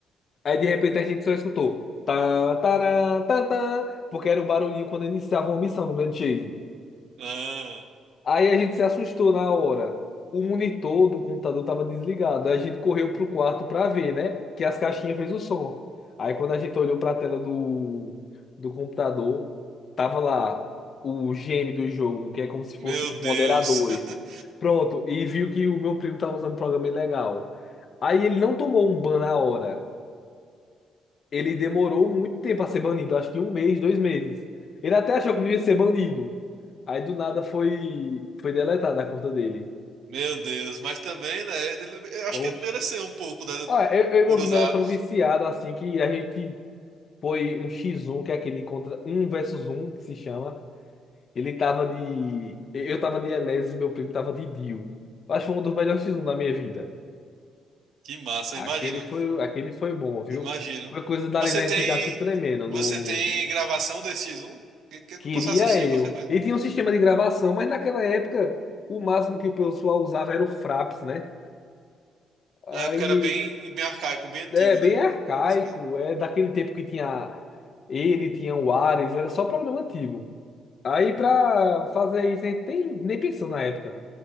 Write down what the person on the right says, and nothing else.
ah,
meu
Deus.
<laughs>
Meu Deus. Mas também, né, ele- eu
acho que ele mereceu um pouco, né,
por
usar.
Que massa,
imagino.
Imagino.
Você
tem,
você
tem gravação desse X1? Que, que eu
posso assistir,
qualquer coisa.
Na época era bem, bem arcaico, bem antigo,
né?
As coisas.